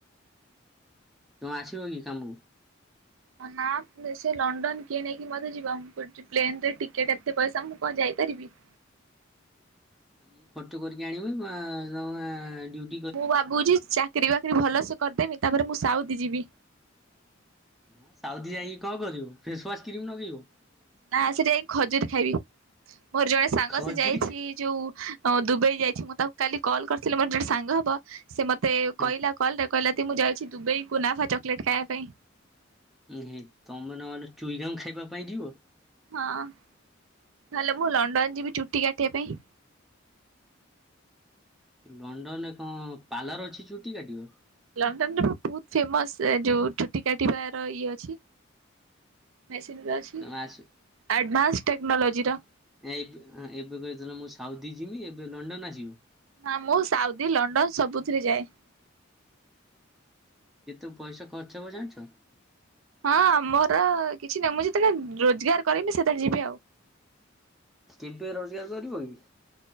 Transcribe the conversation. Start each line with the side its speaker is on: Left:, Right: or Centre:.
Centre: ତମେ ଆସିବ କି କାମକୁ?
Right: ହ ନା କିଏ ସେ ଲଣ୍ଡନ କିଏ ନେଇକି ମତେ ଯିବ? ମୁଁ ପଡୁଚି ପ୍ଲେନରେ ଟିକେଟ ଏତେ ପଇସା ମୁଁ କଣ ଯାଇପାରିବି?
Centre: ମୁଁ ଖଟି କରିକି ଆଣିବି, ବା ତମେ ଡିଉଟି
Right: ମୁଁ ଭାବୁଛି ଚାକିରୀ ବାକିରି ଭଲସେ କରିଦେମି, ତାପରେ ମୁଁ ସାଉଦି ଯିବି।
Centre: ଆଁ ସାଉଦି ଯାଇକି କଣ କରିବୁ, ଫେସୱାସ କ୍ରିମ ନଗେଇବୁ?
Right: ନା ସେଠି ଯାଇଁକି ଖଜୁରୀ ଖାଇବି। ମୋର ଜଣେ ସାଙ୍ଗ
Centre: ଖଜୁରୀ
Right: ସେ ଯାଇଛି ଯୋଉ ଦୁବାଇ ଯାଇଛି, ମୁଁ ତାକୁ କାଲି କଲ୍ କରିଥିଲି ମୋର ଜଣେ ସାଙ୍ଗ ହବ ସେ ମତେ
Centre: ଖା
Right: କଇଲା କଲରେ କହିଲା, ତି ମୁଁ ଯାଉଛି ଦୁବେଇ କୁନାଫା ଚକୋଲେଟ ଖାଇବା ପାଇଁ।
Centre: <unintelligible> ତମେ ନହେଲେ ଚୁଇଙ୍ଗମ୍ ଖାଇବା ପାଇଁ ଯିବ?
Right: ହଁ, ନହେଲେ ମୁଁ ଲଣ୍ଡନ ଯିବି ଚୁଟି କାଟିବା ପାଇଁ।
Centre: ଲଣ୍ଡନ ରେ କଣ ପାର୍ଲର ଅଛି ଚୁଟି କାଟିବ?
Right: ଲଣ୍ଡନରେ ବା ବହୁତ ଫେମସ ଯୋଉ ଚୁଟି କାଟିବାର ଇଏ ଅଛି। ମେସିନ ପା ଅଛି
Centre: ତମେ ଆସ
Right: ଆଡଭାନ୍ସ ଟେକ୍ନୋଲୋଜିର।
Centre: ଏବ ଆଁ ଏବେ କହିଥିଲ ମୁଁ ସାଉଦି ଯିବି ଏବେ ଲଣ୍ଡନ ଆସିବ।
Right: ହଁ, ମୁଁ ସାଉଦି, ଲଣ୍ଡନ ସବୁଥିରେ ଯାଏ।
Centre: କେତୁ ପଇସା ଖର୍ଚ୍ଚ ହେବ ଜାଣିଛ?
Right: ହଁ, ମୋର କିଛି ନାହିଁ ମୁଁ ଯେତେବେଳେ ରୋଜଗାର କରିମି ସେତେବେଳେ ଯିବି ଆଉ।
Centre: କେବେ ରୋଜଗାର କରିବ କି?